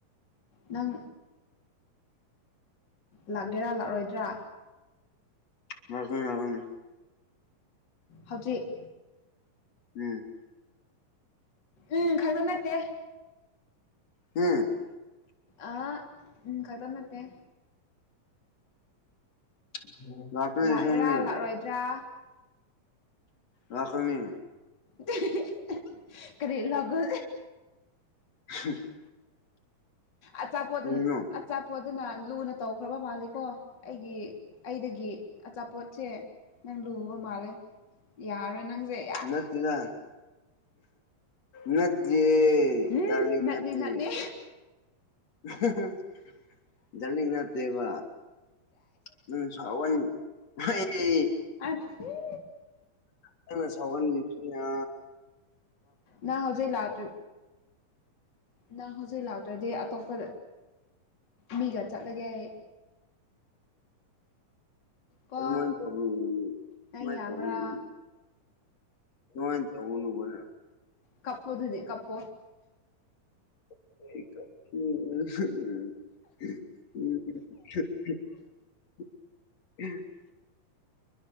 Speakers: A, on the left; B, on the left.
A: ꯅꯪ ꯂꯥꯛꯒꯦꯔꯥ ꯂꯥꯛꯑꯣꯣꯏꯗ꯭ꯔꯥ
B: <unintelligible>
A: ꯍꯧꯖꯤꯛ
B: ꯎꯝ
A: ꯎꯝ ꯈꯛꯗ ꯅꯠꯇꯦ
B: ꯍꯨꯝ
A: ꯑꯥꯍꯥ <unintelligible>
B: <inaudible>
A: ꯂꯥꯛꯏꯔꯥ
B: ꯑꯁꯦꯡꯕꯅꯦ
A: ꯂꯥꯛꯂ‌ꯣꯏꯗ꯭ꯔꯥ
B: ꯂꯥꯛꯀꯅꯤ
A: <unintelligible> ꯀꯔꯤ ꯂꯥꯛꯒ
B: <unintelligible>
A: ꯑꯆꯥꯄꯣꯠ
B: ꯀꯔꯤꯅꯣ
A: ꯗꯨꯟ <unintelligible> ꯑꯆꯥꯄꯣꯠꯗꯨꯅ ꯂꯨꯅ ꯇꯧꯈ꯭ꯔꯕ ꯃꯥꯜꯂꯤꯀꯣ ꯑꯩꯒꯤ ꯑꯩꯗꯒꯤ ꯑꯆꯥꯄꯣꯠꯁꯦ ꯅꯪ ꯂꯨꯕ ꯃꯥꯜꯂꯦ ꯌꯥꯔꯔꯣꯏ ꯅꯪꯖ‌ꯦ
B: ꯅꯠꯇ‌ꯦꯗ ꯅꯠꯇꯤꯌ‌ꯦ
A: ꯎꯝ
B: <unintelligible> ꯗꯥꯔꯂꯤꯡ
A: ꯅꯠꯅꯦ
B: ꯅꯠꯇ‌ꯦ
A: ꯅꯠꯅꯦ
B: <unintelligible> ꯖꯂꯤꯡ ꯅꯠꯇꯦꯕ ꯅꯪꯅ ꯁꯥꯎꯋꯩꯟ <unintelligible> ꯑꯩ
A: <unintelligible>
B: ꯅꯪꯅ ꯁꯥꯎꯒꯟꯕꯁꯤꯅ
A: ꯅ ꯍꯧꯖꯤꯛ ꯂꯥꯛꯇ꯭ꯔ ꯅꯪ ꯍꯧꯖꯤꯛ ꯂꯥꯛꯇ꯭ꯔꯗꯤ ꯑꯇꯣꯞꯄ ꯃꯤꯒ ꯆꯠꯂꯒꯦ ꯑꯩ ꯀꯣ
B: ꯑꯗꯨꯃꯥꯏ ꯇꯧꯒ‌ <inaudible>
A: ꯅꯪ
B: ꯗꯨꯃꯥꯏ
A: ꯌꯥꯕ꯭ꯔꯥ
B: <inaudible> ꯑꯗꯨꯃꯥꯏ ꯇꯧꯒꯅꯨꯕ ꯅꯪ
A: ꯀꯞꯄꯣ ꯗꯨꯗꯤ ꯀꯞꯄꯣ
B: <unintelligible> <unintelligible>